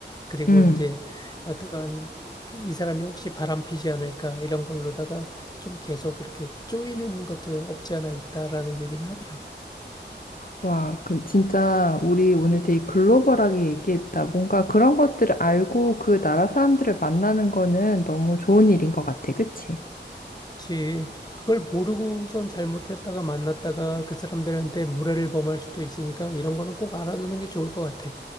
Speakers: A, on the left; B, on the left.
A: 그리고
B: 음.
A: 이제 어떤 그 이 사람이 혹시 바람피지 않을까 이런 걸로다가 좀 계속 이렇게 쪼이는 것도 없지 않아 있다라는 얘기는 하더라고.
B: 와, 그 진짜 우리 오늘 되게 글로벌하게 얘기했다. 뭔가 그런 것들을 알고 그 나라 사람들을 만나는 거는 너무 좋은 일인 것 같아. 그치?
A: 그치. 그걸 모르고선 잘못했다가 만났다가 그 사람들한테 무례를 범할 수도 있으니까 이런 거는 꼭 알아두는 게 좋을 것 같아.